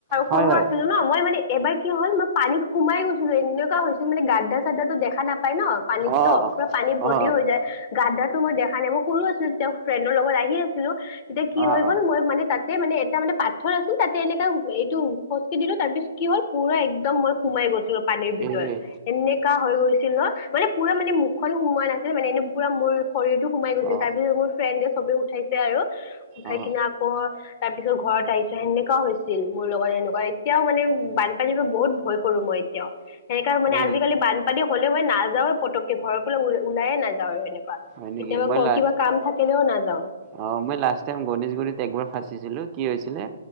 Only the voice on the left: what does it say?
সৰু
আছিলো ন, মই মানে এবাৰ কি হল মই পানীত সোমাই গৈছিলো এনে হৈছিলানে, গাদ্া চাদাো দেখা নাপায় পাই ন'পানীতো,
পুৰা পানী ভৰ্তি
হৈ যায়। গাাত ধাত তো মই দেখা নাই, মই সৰু আছিলো তেতিয়া, ফ্ৰেণ্ডৰ লগত আহি আছিলো এতিয়া কি
হৈ গ'ল
মই মানে তাতে মানে এটা মানে পাত তাতে এনেকা এইটো খজকি দিলো তাৰ পিছত কি হ'ল পুৰা একদম মই সোমাই গৈছিলো। পানীৰ ভিতৰত
এনেকা হৈ গৈছিল ন। মানে পুৰা মানে মুখ খন সোমোৱা নাছিল মানে এনে পুৰা মোৰ শৰীৰটো সোমাই গৈছিল
তাৰ পিছত মোৰ ফ্ৰেণ্ড সবে উঠাইছে আৰু উঠাই
কিনা আকৌ তাৰ পিছত ঘৰত আহিছে। সেনেকুৱা হৈছিল মোৰ লগত এনেকুৱা এতিয়াও মানে বানপানীৰ পৰা বহুত ভয় কৰো মই এতিয়াও। সেনেকা মানে
আজিকালি
বানপানী হ'লে মই নাযাওঁ এ পটকে ঘৰ পৰা ওলাইয়ে নাযাওঁ আৰু এনে
কেতিয়াবা
কিবা কাম থাকিলেও নাযাও।